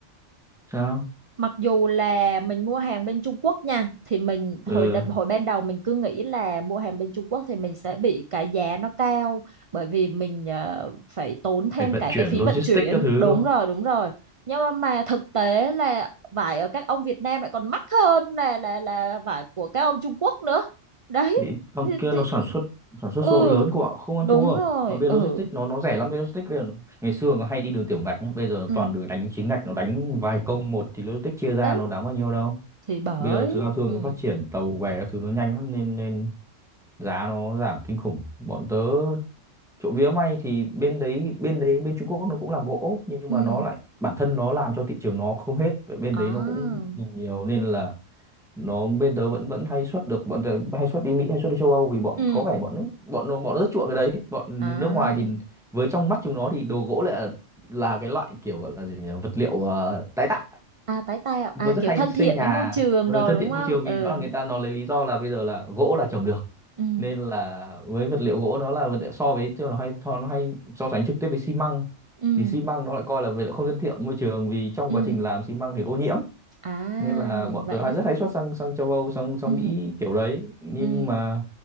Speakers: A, in the centre; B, on the right (about 35°).
A: Sao?
B: mặc dù là mình mua hàng bên Trung Quốc nha thì mình hồi
A: Ờ,
B: đ- hồi ban đầu mình cứ nghĩ là mua hàng bên Trung Quốc thì mình sẽ bị cái giá nó cao bởi vì mình ờ, phải tốn thêm
A: phải vận
B: cả
A: chuyển
B: cái phí
A: logistics
B: vận chuyển
A: các thứ
B: đúng
A: đúng không?
B: rồi đúng rồi nhưng mà, mà thực tế là vải ở các ông Việt Nam lại còn mắc hơn là là là vải của các ông Trung Quốc nữa đấy
A: Thì bằng
B: thì,
A: kia
B: thì
A: nó sản xuất sản xuất
B: ừ
A: số lượng lớn của họ không ăn
B: đúng
A: thua.
B: rồi
A: Mà bây
B: ừ
A: giờ logistics nó nó rẻ lắm bây giờ logistics bây giờ nó, ngày xưa nó hay đi đường tiểu ngạch nhá, bây giờ nó
B: ừ
A: toàn đường đánh chính ngạch nó đánh vài công một thì logistics chia ra
B: đấy
A: nó đáng bao nhiêu đâu.
B: thì bởi
A: Bây giờ thứ giao thương
B: ừ
A: nó phát triển tàu bè các thứ nó nhanh lắm nên nên giá nó giảm kinh khủng bọn tớ trộm vía may thì bên đấy bên đấy bên Trung Quốc nó cũng làm gỗ nhưng
B: ừ
A: mà nó lại bản thân nó làm cho thị trường nó không hết vậy bên
B: à
A: đấy nó cũng dùng nhiều nên là nó bên tớ vẫn vẫn hay xuất được bọn tớ hay xuất đi Mỹ hay xuất đi châu Âu vì bọn
B: ừ
A: có vẻ bọn nước bọn nó bọn nó rất chuộng cái đấy bọn
B: à
A: nước ngoài thì với trong mắt chúng nó thì đồ gỗ lại là, là cái loại kiểu gọi là gì nhỉ vật liệu ờ, tái tạo
B: à tái tạo
A: nó
B: à
A: rất
B: kiểu
A: hay
B: thân
A: xây
B: thiện
A: nhà
B: với môi trường
A: ờ,
B: đồ
A: thân
B: đúng
A: thiện
B: không
A: môi trường
B: ừ
A: vì rõ là người ta nó lấy lý do là bây giờ là gỗ là trồng được
B: ừ
A: nên là với vật liệu gỗ nó là vật liệu so với chứ nó hay so- nó hay so sánh trực tiếp với xi măng
B: ừ
A: thì xi măng nó lại coi là vật liệu không thân thiện môi trường vì trong
B: ừ
A: quá trình làm xi măng thì ô nhiễm
B: à
A: nên là bọn
B: vậy
A: tớ hay
B: đấy
A: rất hay xuất sang sang châu Âu sang sang
B: ừ
A: Mỹ kiểu đấy nhưng
B: ừ
A: mà